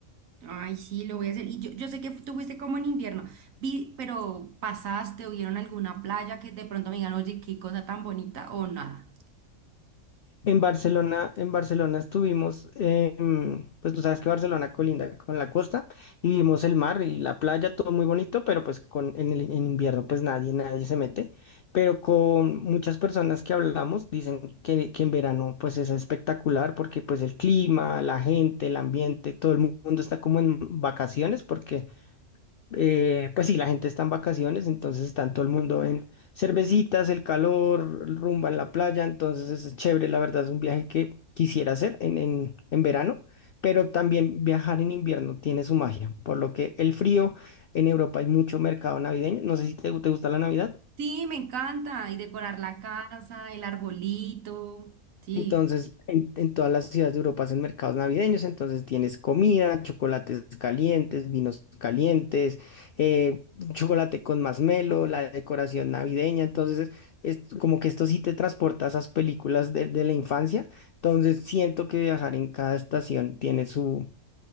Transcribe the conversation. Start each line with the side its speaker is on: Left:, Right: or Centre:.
Right: Ay, sí, lo voy a hacer. Y yo, yo sé que tú fuiste como en invierno, vi, pero pasaste o vieron alguna playa que de pronto me digan, oye, qué cosa tan bonita o nada.
Left: En Barcelona, en Barcelona estuvimos, eh, mm, pues tú sabes que Barcelona colinda con la costa y vimos el mar y la playa, todo muy bonito, pero pues con, en el, en invierno pues nadie, nadie se mete, pero con muchas personas que hablamos dicen que, que en verano pues es espectacular porque pues el clima, la gente, el ambiente, todo el mundo está como en vacaciones porque eh, pues sí, la gente está en vacaciones, entonces está todo el mundo en cervecitas, el calor, rumba en la playa, entonces es chévere, la verdad es un viaje que quisiera hacer en, en, en verano, pero también viajar en invierno tiene su magia, por lo que el frío en Europa hay mucho mercado navideño, no sé si te, gu- te gusta la Navidad.
Right: Sí, me encanta. Y decorar la casa, el arbolito. Sí.
Left: Entonces, en, en todas las ciudades de Europa hacen mercados navideños, entonces tienes comida, chocolates calientes, vinos calientes, eh, chocolate con masmelo, la decoración navideña, entonces es como que esto sí te transporta a esas películas de, de la infancia, entonces siento que viajar en cada estación tiene su,